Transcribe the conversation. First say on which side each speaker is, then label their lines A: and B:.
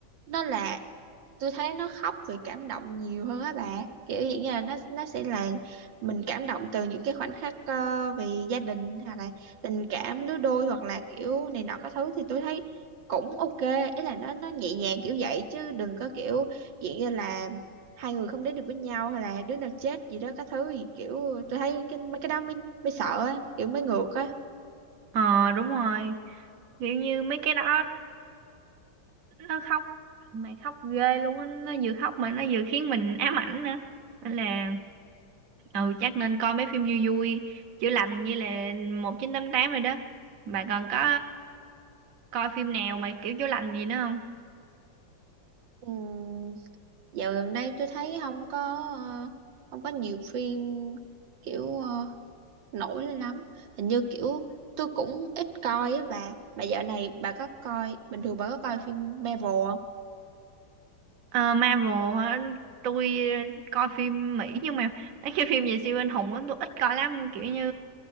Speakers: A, on the right (about 75°); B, on the right (about 55°).
A: nó là tôi thấy nó khóc vì cảm động nhiều hơn á bà kiểu dạng như là nó nó sẽ là mình cảm động từ những cái khoảnh khắc ờ, vì gia đình hoặc là tình cảm lứa đôi hoặc là kiểu này nọ các thứ thì tôi thấy cũng ok ý là nó nó nhẹ nhàng kiểu vậy chứ đừng có kiểu dạng như là hai người không đến được với nhau hay là đứa nào chết gì đó các thứ gì kiểu tôi thấy cái mấy cái đó mới mới sợ á kiểu mới ngược á
B: Ờ đúng rồi kiểu như mấy cái đó nó khóc mày khóc ghê luôn á nó vừa khóc mà nó vừa khiến mình ám ảnh nữa nên là ừ chắc nên coi mấy phim vui vui chữa lành như là 1988 rồi đó bà còn có coi phim nào mà kiểu chữa lành gì nữa không
A: Ừm, dạo gần đây tôi thấy không có ờ, không có nhiều phim kiểu ờ, nổi lên lắm hình như kiểu tôi cũng ít coi á bà mà dạo này bà có coi bình thường bà có coi phim Marvel không
B: Ờ, Marvel hả? tôi coi phim Mỹ nhưng mà mấy cái phim về siêu anh hùng đó tôi ít coi lắm kiểu như